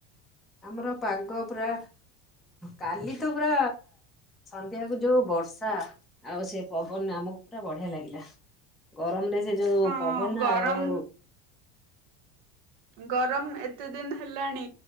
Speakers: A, in the centre; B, on the right.
A: ଆମର ପାଗ ପୁରା କାଲି ପୁରା ନ୍ଧ୍ୟା କୁ ଯୋଉ ବର୍ଷା ଆଉ ସେ ପବନ ଆମକୁ ପୁରା ବଢିଆ ଲାଗିଲା। ଗରମରେ ସେ ଯୋଉ
B: ହଁ
A: ପବନ
B: ଗରମ
A: ଆଉ
B: ଗରମ ଏତେ ଦିନ ହେଲାଣି